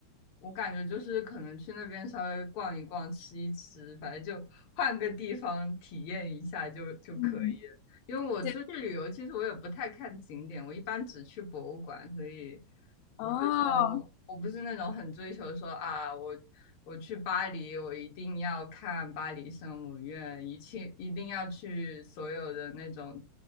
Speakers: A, on the left; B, on the left.
A: 我感觉就是可能去那边稍微逛一逛、吃一吃，反正就换个地方体验一下就就可以了。
B: 嗯，
A: 因为我出去旅游，
B: 对，
A: 其实我也不太看景点，我一般只去博物馆，所以不会说，
B: 哦，
A: 我不是那种很追求说啊，我我去巴黎，我一定要看巴黎圣母院，一切一定要去所有的那种